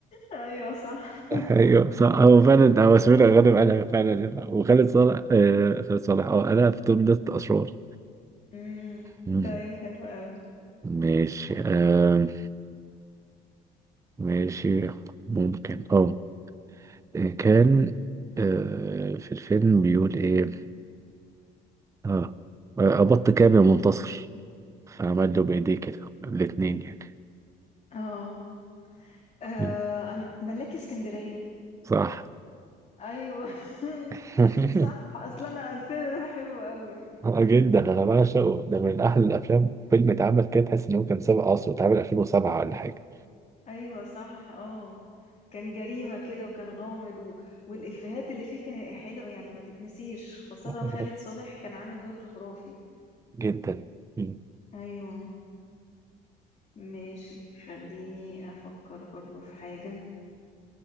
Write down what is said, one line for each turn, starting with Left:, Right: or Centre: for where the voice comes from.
Left: ايوه صح
Right: ايوه صح هو فعلا هو سمير غانم قالها فعلا هنا وخالد صالح آه خالد صالح اه قالها في توم ده اشرار
Left: امم
Right: مم.
Left: طيب حلو قوي
Right: ماشي آه ماشي ممكن اه آه، كان آه، في الفيلم بيقول ايه اه آه، ابط كام يا منتصر فعمل له بايديه كده الاتنين يعني
Left: اه آه،
Right: مم.
Left: انا ملاكي اسكندرية
Right: صح
Left: ايوه
Right: <laughs>
Left: <laughs> صح اصلا انا الفيلم ده بحبه قوي
Right: آه، جدا انا بعشقه ده من احلى الافلام فيلم اتعمل كده تحس ان هو كان سابق عصره اتعمل 2007 ولا حاجه
Left: ايوه صح اه كان جريمة كده وكان غامض و... والإفيهات اللي فيه كان حلو يعني ما تتنسيش خاصة
Right: <laughs>
Left: خالد صالح كان عامل دور خرافي
Right: جدا مم.
Left: ايوه ماشي خليني افكر برضو في حاجة